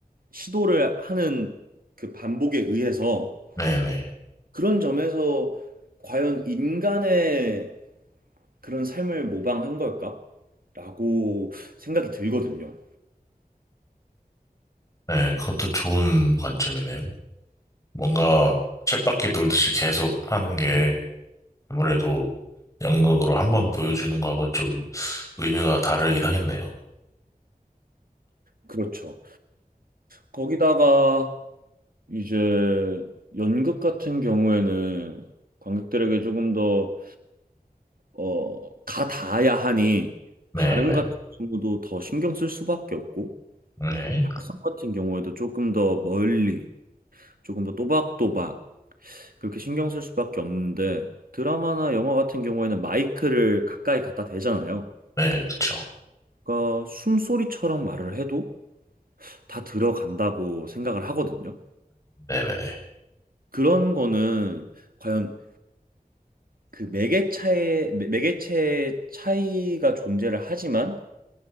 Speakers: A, on the right; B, on the left.
A: 시도를 하는 그 반복에 의해서
B: 네네.
A: 그런 점에서 과연 인간의 그런 삶을 모방한 걸까? 라고 생각이 들거든요.
B: 네. 그것도 좋은 관점이네요. 뭔가 쳇바퀴 돌듯이 계속 하는 게 아무래도 연극으로 한 번 보여주는 거하고는 좀 의미가 다르긴 하겠네요.
A: 그렇죠. 거기다가 이제 연극 같은 경우에는 관객들에게 조금 더, 어, 가닿아야 하니
B: 네네.
A: 발음 같은 경우도 더 신경 쓸 수밖에 없고
B: 네.
A: 발성 같은 경우에도 조금 더 멀리, 조금 더 또박또박 그렇게 신경 쓸 수밖에 없는데 드라마나 영화 같은 경우에는 마이크를 가까이 갖다 대잖아요.
B: 네, 그쵸.
A: 그러니까 숨소리처럼 말을 해도 다 들어간다고 생각을 하거든요.
B: 네네네.
A: 그런 거는 과연 그 매개차의 매- 매개체의 차이가 존재를 하지만